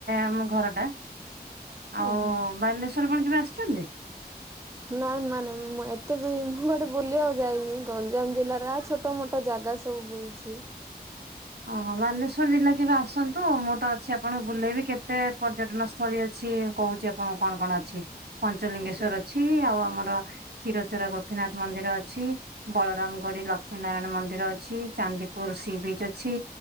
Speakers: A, on the right; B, on the right.
A: ଆମ ଘର ଟା
B: <inaudible>
A: ଆଉ
B: ଓହୋ
A: ବାଲେଶ୍ଵର କଣ କେବେ ଆସିଛନ୍ତି।
B: ନାଇଁ ମାନେ ମୁଁ ଏତେ ବି ମୁଁ କୁଆଡ଼େ ବୁଲିବାକୁ ଯାଇନି ଗଞ୍ଜାମ ଜିଲ୍ଲାରା ଛୋ ଟୋ ମୋଟୋ ଜାଗା ସବୁ ବୁଲୁଛି।
A: ଅହଁ ବାଲେଶ୍ୱର ଜିଲ୍ଲା କେବେ ଆସନ୍ତୁ ମୁଁ ତ ଅଛି ଆପଣଙ୍କୁ ବୁଲେଇବି କେତେ ପର୍ଯ୍ୟଟନ ସ୍ଥଳୀ ଅଛି। କୋହୁଚି ଆପଣଙ୍କୁ କଣ କଣ ଅଛି ପଞ୍ଚଲିଙ୍ଗେଶ୍ଵର
B: ଆଜ୍ଞା।
A: ଅଛି ଆଉ ଆମର କ୍ଷୀରଚୋରା ଗୋପୀନାଥ ମନ୍ଦିର ଅଛି। ବଳରାମ ଗଡି ଲକ୍ଷ୍ମୀ ନାରାୟଣ ମନ୍ଦିର ଅଛି ଚାନ୍ଦିପୁର ସି ବିଚ୍ ଅ ଛି